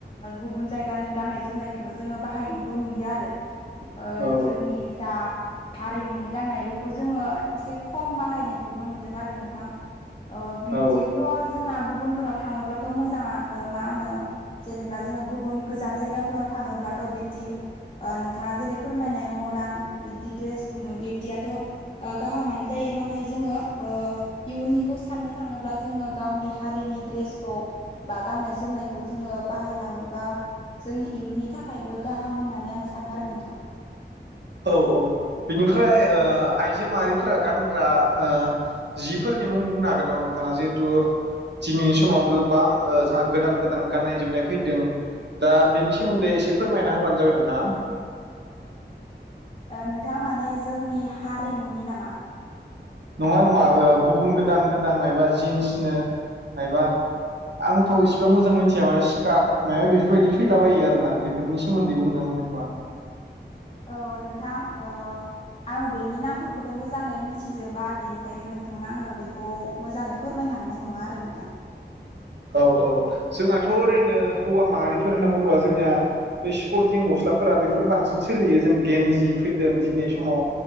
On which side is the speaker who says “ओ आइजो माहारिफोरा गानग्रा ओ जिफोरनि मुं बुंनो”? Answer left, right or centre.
Right